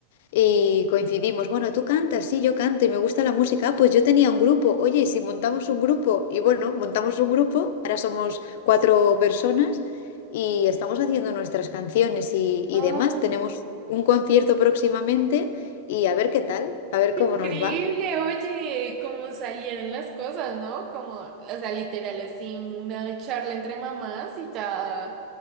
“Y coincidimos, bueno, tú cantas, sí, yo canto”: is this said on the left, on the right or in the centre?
Left